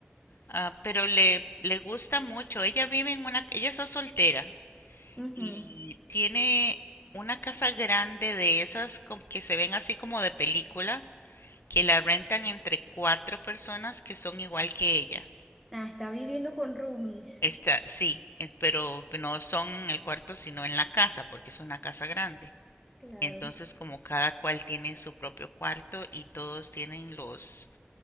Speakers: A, on the left; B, in the centre.
A: ah, pero le, le gusta mucho. Ella vive en una, ella es soltera
B: Ujú.
A: y tiene una casa grande de esas com- que se ven así como de película, que la rentan entre cuatro personas que son igual que ella.
B: Ah, está viviendo con roomies.
A: Esta, sí, eh, pero no son en el cuarto, sino en la casa, porque es una casa grande.
B: Claro.
A: Entonces, como cada cual tiene su propio cuarto y todos tienen los